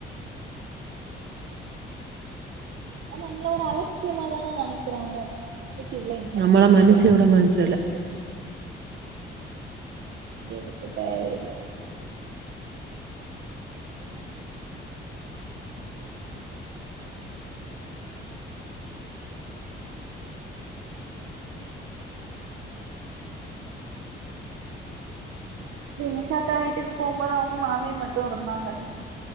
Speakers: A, on the right; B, on the right.
A: அ நம்மள ஒரு அலட்சியமாதான நெனைக்கிறாங்க எதுக்கு இவ்ளோ இம்பார்ட்டன்ஸ்
B: நம்மள
A: கொடுக்கணு
B: மனுஷிய
A: உங்களுக்கு
B: விட மனுஷல
A: எதுக்கு தேவஇல்லாம தினிஷாக்கா வீட்டுக்கு போம்போது அவுங்க மாமி மட்டு இருந்தாங்க